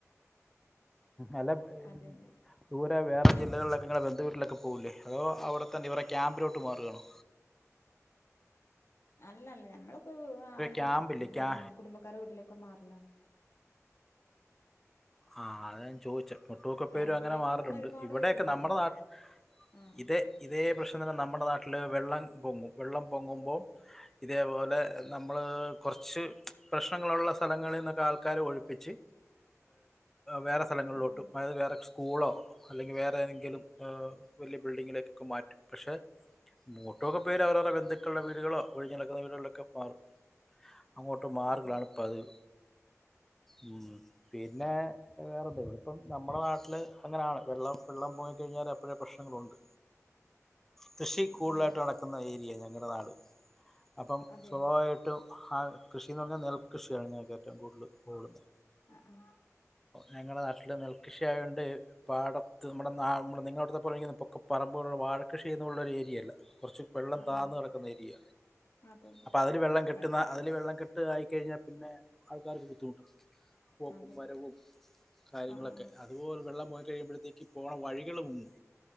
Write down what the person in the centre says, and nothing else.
അല <unintelligible>
വേറെ ജില്ലകളിലൊക്കെ ഇങ്ങെ ബന്ധുവീട്ടിലൊക്കെ പോകൂല്ലേ അതോ അവിടെത്തന്നെ ഇവരെ ക്യാമ്പിലോട്ട് മാറുവാണോ
ക്യാമ്പില്ലേ
ക്യാ
ആഹ് അതാ ഞാൻ ചോയിച്ചേ മുട്ടൊക്കെ പേരും
അങ്ങനെ മാറലുണ്ട്
ഇവിടെക്കെ
നമ്മുടെ
നാട്ട
ഇതേ ഇതേ പ്രശ്ന തന്നെ നമ്മുടെ നാ മ്മടെ നാട്ടിൽ വെള്ളം പൊങ്ങും വെള്ളം പൊങ്ങുമ്പോ ഇതേപോലെ നമ്മള് കുറച്ച് പ്രശ്നങ്ങളുള്ള സ്ഥലങ്ങളീന്നൊക്കെ ആൾക്കാരെ ഒഴിപ്പിച്ച് വേറെ സ്ഥലങ്ങളിലോട്ടും
മഴ വേറെ സ്കൂളോ അല്ലെങ്കി വേറെതെങ്കിലും ആഹ് വലിയ ബിൽഡിങ്ങിലേക്കെ ഒ മാറ്റു പക്ഷെ മൊ ട്ടോകെ പേര് അവരവരുടെ ബന്ധുക്കളെ വീടുകളോ ഒഴിഞ്ഞിടക്കുന്ന വീടുകളിലൊക്കെ മാറും അങ്ങോട്ട് മാറുകളാണ്
പതിവ് ഉം പിന്നെ വേറെ എന്താ ഇവിടെ ഇപ്പം നമ്മുടെ വെറെന്തെലും ഇപ്പം നമ്മള നാട്ടില് അങ്ങനാണ് വെള്ളം വെള്ളം പൊങ്ങിക്കഴിഞ്ഞാല് എപ്പോഴേ പ്രശ്നങ്ങളുണ്ട് കൃഷി
കൂളായിട്ട്
വളക്കുന്ന ഏരിയ ഞങ്ങ വങ്കടനാട് അപ്പം
സ്ലോ ആയിട്ടും ആഹ ഞ്ഞാൽ. ഞ്ഞാൽ നെൽകൃഷിയാണ് ഞങ്ങൾക്ക് ഏറ്റവും കൂടുതൽ ഓടുന്നെ
ഞങ്ങളുടെ നാട്ടില് നെൽകൃഷിയായോണ്ടെ പ നമ്മടടുത്ത് നമ്മുടെ നാ നിങ്ങളടുത്ത പൊക്ക പറമ്പ്കളുള്ള വാഴ കൃഷി ചെയ്യുന്ന പോലുള്ള ഒരുഏരിയയല്ല കുറച്ച് വെള്ളം
താന്ന്
കിടക്കുന്ന ഏരിയ
അപ്പോൾ അതില് വെള്ളം കെട്ടുന്ന
അതില് വെള്ളം കെട്ട്കാ കഴിഞ്ഞാൽ പിന്നെ ആൾക്കാർക്ക് ബുദ്ധിമുട്ടാ പോക്കും
വരവും കാര്യങ്ങളൊക്കെ
അതുപോലെ വെള്ളം പോയി കഴിയുമ്പോഴത്തേക്ക് പോണ വഴികള് മുങ്ങും